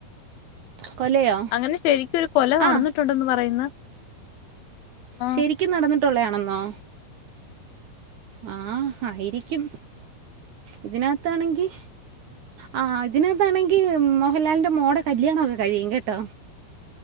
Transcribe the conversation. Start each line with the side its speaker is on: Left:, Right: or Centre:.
Right: കൊലയോ
Left: അങ്ങനെ ശരിക്കും ഒരു കൊല
Right: ആ
Left: നടന്നിട്ടുണ്ടന്ന് പറയുന്ന്- ആ
Right: ശരിക്കും നടന്നിട്ടുള്ളയാണെന്നോ? ആഹ് ആയിരിക്കും ഇതിനകത്താണെങ്കി. ആ അതിനെന്താണെങ്കി മോഹൻലാലിന്റെ മോടെ കല്യാണം ഒക്കെ കഴിയും കേട്ടോ.